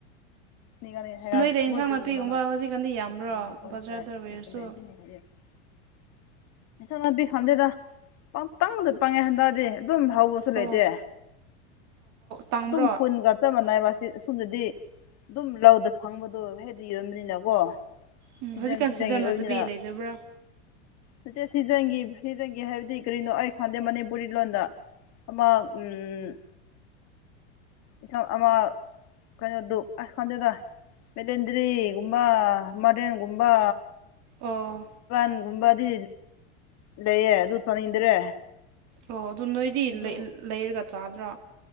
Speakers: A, on the left; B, on the right.
A: <unintelligible> <unintelligible> ꯈꯟꯗꯦꯗ
B: ꯅꯣꯏꯗ ꯏꯟꯁꯥꯡ ꯅꯥꯄꯤꯒꯨꯝꯕ ꯍꯧꯖꯤꯛꯀꯥꯟꯗꯤ ꯌꯥꯝꯕ꯭ꯔꯣ ꯕꯖꯥꯔꯗ ꯑꯣꯏꯔꯁꯨ
A: ꯄꯪꯇꯧꯗ ꯇꯧꯉꯦ ꯍꯟꯗꯥꯗꯤ ꯑꯗꯨꯝ ꯍꯧꯕꯁꯨ ꯁꯨ
B: ꯑꯣ
A: ꯂꯩꯇꯦ
B: ꯇꯥꯡꯕ꯭ꯔꯣ
A: ꯑꯗꯨꯝ ꯈꯨꯟꯒ ꯆꯞ ꯃꯥꯟꯅꯩꯕ ꯁꯤ ꯑꯁꯣꯝꯗꯗꯤ ꯑꯗꯨꯝ ꯂꯧꯗ ꯐꯪꯕꯗꯣ ꯍꯦꯗꯤ ꯌꯣꯟꯕꯅꯤꯅꯀꯣ
B: ꯎꯝ
A: ꯁꯤꯖꯟ
B: ꯍꯧꯖꯤꯛꯀꯥꯟ
A: ꯁꯤꯖꯟꯒꯤ
B: ꯁꯤꯖꯟꯅꯗꯕꯤ
A: ꯑꯣꯏꯕꯅꯤꯅ
B: ꯂꯩꯗꯕ꯭ꯔꯥ
A: ꯅꯠꯇꯦ ꯁꯤꯖꯟꯒꯤ ꯁꯤꯖꯟꯒꯤ ꯍꯥꯏꯕꯗꯤ ꯀꯔꯤꯅꯣ ꯑꯩ ꯈꯪꯗꯦ ꯃꯅꯤꯄꯨꯔꯤ ꯂꯣꯟꯗ ꯑꯃ ꯎꯝ ꯏꯟꯁꯥꯡ ꯑꯃ ꯀꯩꯅꯣ ꯗꯨꯛ ꯑ ꯈꯥꯟꯗꯦꯗ ꯃꯦꯂꯦꯟꯗ꯭ꯔꯤꯒꯨꯝꯕ꯫ ꯃꯗꯦꯟꯒꯨꯝꯕ꯫
B: ꯑꯣꯥ
A: ꯄꯥꯟꯒꯨꯝꯕꯗꯤ ꯂꯩꯌꯦ ꯑꯗꯨ ꯆꯥꯅꯤꯡꯗ꯭ꯔꯦ
B: ꯑꯣ ꯑꯗꯨ ꯅꯣꯏꯗꯤ
A: ꯑꯗꯨ
B: ꯂꯩꯔꯒ ꯆꯥꯗ꯭ꯔꯣ